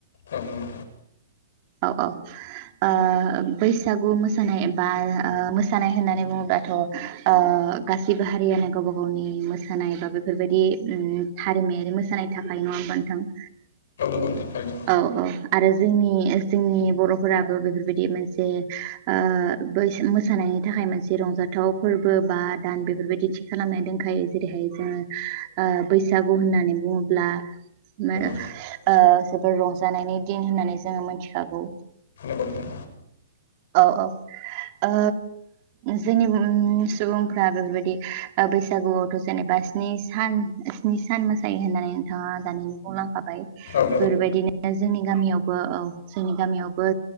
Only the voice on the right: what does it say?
औ औ ओ बैसागु मोसानाय एबा ओ मोसानाय होननानै बुङोब्ला दाथ ओ गासिबो हारियानो गावबा गावनि मोसानाय बा बेफोरबायदि उम हारिमायारि मोसानाय थाखायो नङा होनबा नोंथां
औ औ। आरो जोंनि जोंनि बरफोराबो बेफोरबायदि मोनसे ओ बैसो मोसानाय नि थाखाय मोनसे रंजाथाव फोरबो बा दान बेफोरबायदि थि खालामनाय दोनखायो जेरैहाय जोङो ओ बैसागु होननानै बुङोब्ला मोन
ओ जोबोर रंजानायनि दिन होननानै जोङो मिथिखागौ।
औ औ। ओ जोंनि बुहुमनि सुबुंफोरा बेफोरबायदि ओ बैसागुआवथ जेनेबा स्नि सान स्नि सान मोसायो होननानै नोंथाङा दानिनो बुंलां खाबाय
बेबायदिनो
जोंनि गामियावबो औ जोंनि गामियावबो